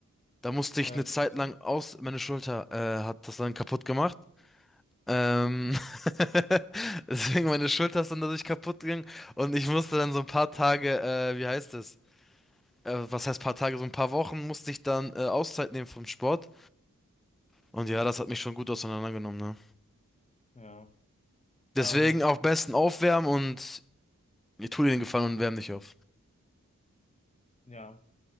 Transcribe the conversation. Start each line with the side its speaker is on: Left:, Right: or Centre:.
Centre: Da musste
Left: Äh,
Centre: ich eine Zeit
Left: wie bitte?
Centre: lang aus, meine Schulter äh, hat das dann kaputt gemacht. Ähm, <laughs> deswegen meine Schulter ist dann dadurch kaputt gegangen und ich musste dann so ein paar Tage, äh, wie heißt es? Äh, was heißt paar Tage? So ein paar Wochen musste ich dann äh, Auszeit nehmen vom Sport. Und ja, das hat mich schon gut auseinandergenommen, ne?
Left: Ja. Ähm,
Centre: Deswegen auch besten aufwärmen und ich tu dir den Gefallen und wärm dich auf.
Left: ja.